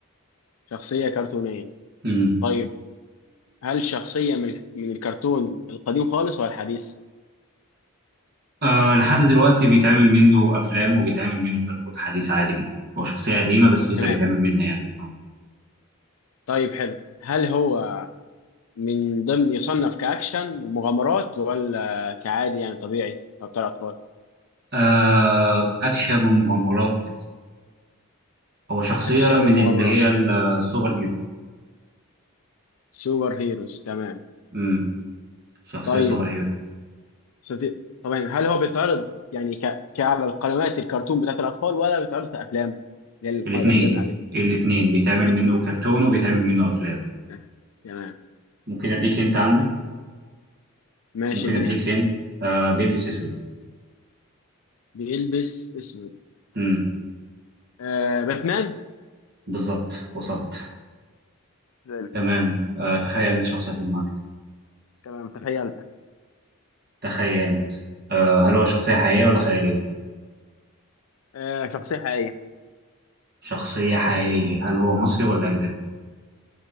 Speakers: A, on the left; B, on the right.
A: شخصية كرتونية
B: مم.
A: طيب هل شخصية من ال... من الكرتون القديم خالص ولا الحديث
B: أه لحد دلوقتي بيتعمل منه افلام وبيتعمل منه كرتون حديث عادي جدا هو شخصيه قديمه بس لسه
A: تمام
B: بيتعمل منها يعني أه
A: طيب حلو هل هو من ضمن يصنف كأكشن ومغامرات ولا كعادي يعني طبيعي أو بتاع أطفال
B: آه، اكشن ومغامرات وكده هو شخصيه
A: أكشن
B: من
A: ومغامرات
B: اللي هي السوبر هيرو
A: سوبر هيروز تمام
B: مم. شخصيه
A: طيب
B: سوبر هيرو
A: سبتي... طبعا هل هو بيتعرض يعني ك... كعلى القنوات الكرتون بتاعت الأطفال ولا بيتعرض كأفلام اللي هي الق-
B: الاثنين
A: الأفلام العادية
B: الاثنين بيتعمل
A: الاثنين
B: منه كرتون وبيتعمل منه افلام
A: آه، تمام
B: ممكن اديك هنت عنه
A: تمام. ماشي
B: ممكن
A: اديني
B: اديك
A: هنت
B: هنت أه بيلبس اسود
A: بيلبس اسود
B: مم.
A: آه باتمان
B: بالظبط وصلت
A: زي الفل
B: تمام أه تخيل انت شخصيه في دماغك
A: تمام تخيلت
B: تخيلت أه هل هو شخصيه حقيقيه ولا خياليه
A: آه شخصية حقيقية
B: شخصية حقيقية هل هو مصري ولا أجنبي؟